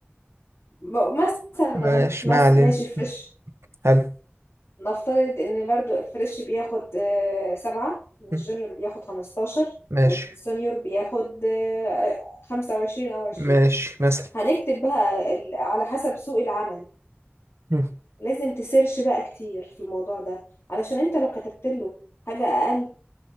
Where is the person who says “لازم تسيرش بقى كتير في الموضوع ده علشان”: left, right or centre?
Left